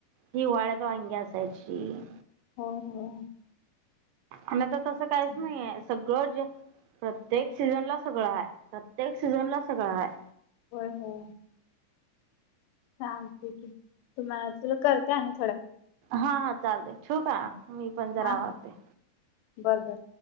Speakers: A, on the right; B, on the left.
A: ही वाळ्यातंदो हंग्या असयचीशी-
B: होय होय
A: आण- तसं काहीच
B: चालेल
A: नाहीेयं सग- गर्ज प्रत्येक सीझन ला सगळं हाय प्रत्येक सीझन ला सगळं हाय-
B: होयं होयं. चालते की तुम अ तुला करतेय ना?
A: हा हा चालते ठेऊ का? मी पण जरा
B: हा हा
A: आवरते.
B: बरं बर.